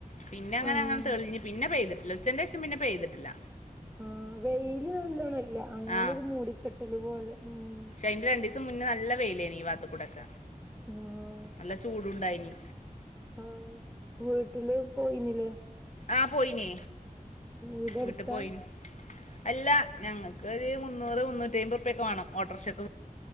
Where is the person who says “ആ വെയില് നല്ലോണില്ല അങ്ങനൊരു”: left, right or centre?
Centre